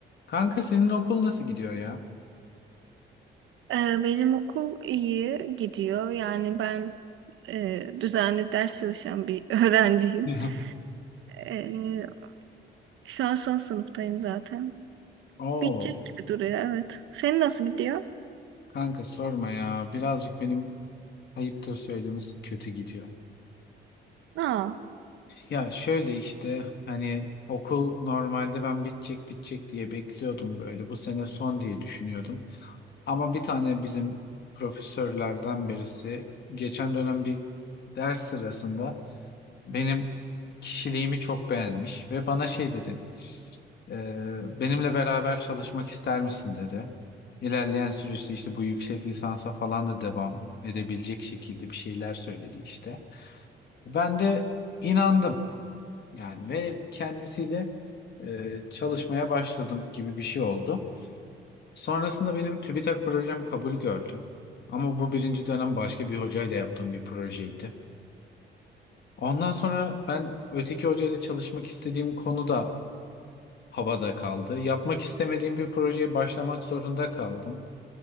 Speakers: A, on the left; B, on the right.
A: Kanka senin okul nasıl gidiyor ya?
B: Ee, Benim okul iyi gidiyor. Yani ben e, düzenli ders çalışan bir <laughs> öğrenciyim.
A: <laughs>
B: Ee, şu an son sınıftayım zaten.
A: Oo,
B: Bitecek gibi duruyor, evet. Senin nasıl gidiyor?
A: kanka sorma ya. Birazcık benim ayıptır söylemesi kötü gidiyor.
B: Aa.
A: Ya şöyle işte hani okul normalde ben bitecek bitecek diye bekliyordum böyle. Bu sene son diye düşünüyordum. Ama bir tane bizim profesörlerden birisi geçen dönem bir ders sırasında benim kişiliğimi çok beğenmiş ve bana şey dedi. Ee, benimle beraber çalışmak ister misin dedi. İlerleyen süreçte işte bu yüksek lisansa falan da devam edebilecek şekilde bir şeyler söyledi işte. Ben de inandım yani ve kendisiyle e, çalışmaya başladım gibi bir şey oldu. Sonrasında benim TÜBİTAK projem kabul gördü. Ama bu birinci dönem başka bir hocayla yaptığım bir projeydi. Ondan sonra ben öteki hocayla çalışmak istediğim konu da havada kaldı. Yapmak istemediğim bir projeye başlamak zorunda kaldım.